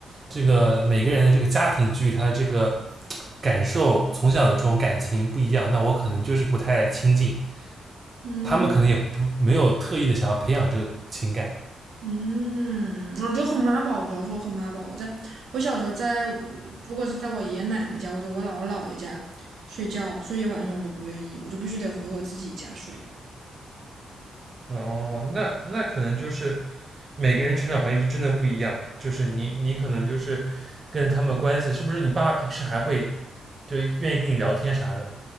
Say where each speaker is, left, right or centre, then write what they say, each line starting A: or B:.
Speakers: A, on the right (about 25°); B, on the right (about 75°).
A: 这个每个人的这个家庭给予他的这个感受，从小的这种感情不一样，那我可能就是不太亲近，
B: 嗯
A: 他们可能也不没有特意的想要培养这个情感。
B: 嗯，我就很妈宝，主要是我很妈宝。我在我小时候在，如果是在我爷爷奶奶家或者我姥姥姥爷家睡觉，睡一晚上我都不愿意，我就必须得回我自己家睡。
A: 哦，那那可能就是每个人成长环境就真的不一样，就是你你可能就是跟他们关系，是不是你爸爸平时还会就愿意跟你聊天啥的？